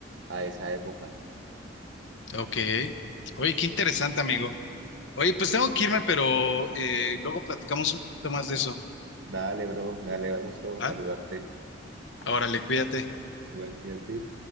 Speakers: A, on the right (about 65°); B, on the left (about 70°).
A: a esa época.
B: ok. Oye, qué interesante, amigo. Oye, pues
A: Y
B: tengo que irme, pero eh, luego platicamos un poquito más de eso.
A: dale, bro, me alegra mucho
B: ¿Ah?
A: saludarte.
B: Órale, cuídate.
A: Igual, cuídate.